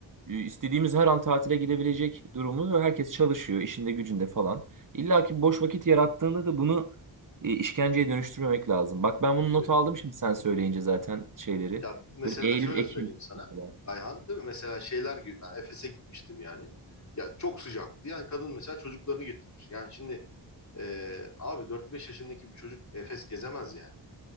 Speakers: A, on the right; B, on the left.
A: e, istediğimiz her an tatile gidebilecek durumumuz ve herkes çalışıyor işinde gücünde falan. İlla ki boş vakit yarattığında da bunu e, işkenceye dönüştürmemek lazım. Bak ben bunu
B: Tabii.
A: not aldım şimdi sen söyleyince zaten şeyleri.
B: Ya mesela
A: Böyle Eylül,
B: şöyle
A: Ekim
B: söyleyeyim sana
A: mesela.
B: Ayhan değil mi? Mesela şeyler gibi ben Efes'e gitmiştim yani. Ya çok sıcaktı. Yani kadın mesela çocuklarını getirmiş. Yani şimdi e, abi dört beş yaşındaki bir çocuk Efes gezemez yani.